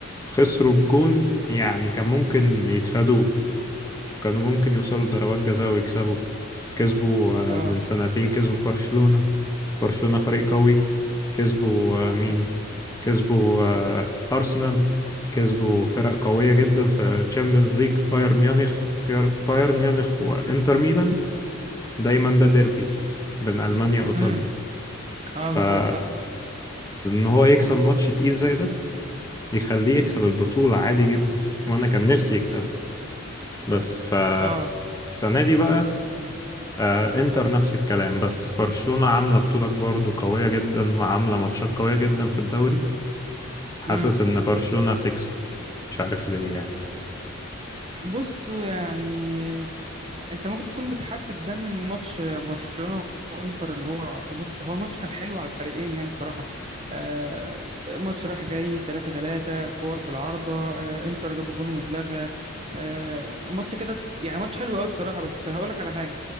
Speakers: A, on the left (about 15°); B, on the right (about 30°).
A: خسروا بجون يعني كان ممكن يتفادوا كانوا ممكن يوصلوا لضربات جزاء ويكسبوا كسبوا
B: أه
A: آه، من سنتين كسبوا برشلونة برشلونة فريق قوي كسبوا آه، مين
B: امم أه
A: كسبوا آه، أرسنال كسبوا فرق قوية جدا في تشامبيونز ليج بايرن ميونخ باير- بايرن ميونخ وإنتر ميلان دايما ده ديربي بين ألمانيا وإيطاليا
B: أمم
A: فإن
B: أه بالظبط صح
A: هو يكسب ماتش تقيل زي ده يخليه يكسب البطولة عادي جدا وأنا كان نفسي يكسب بس ف
B: أه
A: السنة دي بقى آه إنتر نفس الكلام بس برشلونة عاملة بطولة برضه قوية جدا وعاملة ماتشات قوية جدا في الدوري حاسس
B: أمم
A: إن برشلونة تكسب مش عارف ليه يعني
B: بص يعني انت ممكن تكون بتحدد ده من ماتش برشلونة وانتر اللي هو الماتش هو الماتش كان حلو على الفريقين يعني بصراحة آه، ماتش راح جاي 3 3 كور في العارضة آه، انتر جاب الجون واتلغى آه، ماتش كده يعني ماتش حلو قوي بصراحة بس هقول لك على حاجة